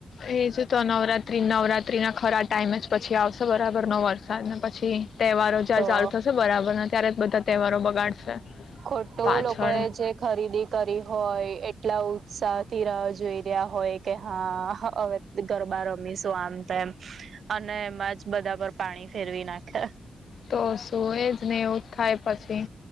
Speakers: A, on the left; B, on the right.
A: એજ તો, નવરાત્રી નવરાત્રીના ખરા ટાઈમે જ પછી આવશે બરાબરનો વરસાદ ને પછી- તહેવારો <unintelligible>
B: તો
A: ચાલુ થશે બરાબરના ત્યારે જ બધા તહેવારો બગાડશે
B: ખોટું
A: પાછળ
B: લોકો એ જે ખરીદી કરી હોય, એટલા ઉત્સાહથી રાહ જોઈ રહ્યા હોય કે હા, હવે- ગરબા રમીશું આમ તેમ અને એમાં જ બધા પર પાણી ફેરવી નાખે.
A: તો સુું એ જ ને એવું જ થાય પછી.